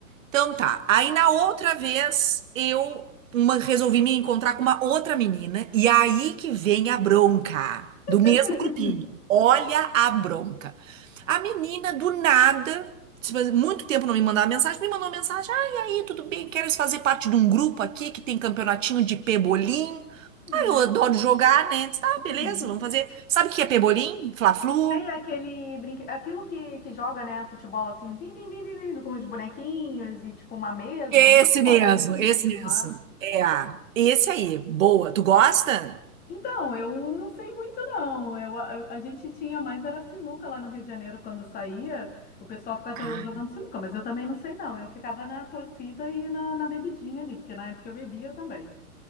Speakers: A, on the right; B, on the left.
A: Então tá. Aí na outra vez eu uma- resolvi me encontrar com uma outra menina e aí que vem a bronca do mesmo
B: <laughs>
A: grupinho. Olha a bronca. A menina do nada, tipo, muito tempo não me mandava mensagem, me mandou uma mensagem: "Ah, e aí, tudo bem? Queres fazer parte de um grupo aqui que tem campeonatinho de pebolim?"
B: Hum,
A: Ah, eu adoro jogar, né? Disse, ah, beleza,
B: uhum.
A: vamos fazer. Sabe o que é pebolim? Fla-flu,
B: Tem aquele brinque... aquilo que, que joga, né, futebol assim, tim, tim, tim, tim, tim, com os bonequinhos e tipo uma mesa,
A: Esse
B: né,
A: mesmo,
B: com a bolinha
A: esse
B: e tudo
A: mesmo.
B: mais.
A: É, esse aí, boa. Tu gosta?
B: Então, eu não sei muito não. Eu, a, a gente tinha mais era sinuca lá no Rio de Janeiro quando saía. O pessoal ficava
A: Ah,
B: todo- jogando sinuca, mas eu também não sei não. Eu ficava na torcida e na, na bebidinha ali, porque na época eu bebia também.